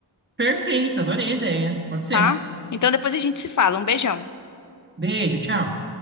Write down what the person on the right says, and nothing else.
Perfeito, adorei a ideia. Pode ser.
Beijo, tchau.